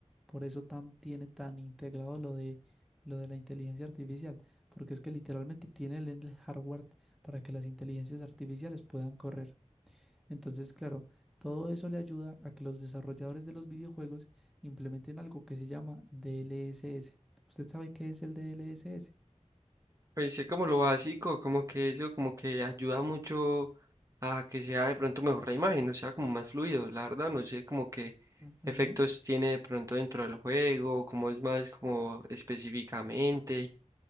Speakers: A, in the centre; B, on the right.
A: Por eso tan, tiene tan integrado lo de, lo de la inteligencia artificial, porque es que literalmente tiene el el hardware para que las inteligencias artificiales puedan correr. Entonces, claro, todo eso le ayuda a que los desarrolladores de los videojuegos implementen algo que se llama DLSS. ¿Usted sabe qué es el DLSS?
B: Pues sí, como lo básico, como que eso, como que ayuda mucho a que sea de pronto mejor la imagen, o sea, como más fluido, la verdad, no sé como qué
A: Ujú.
B: efectos tiene de pronto dentro del juego, como es más como específicamente,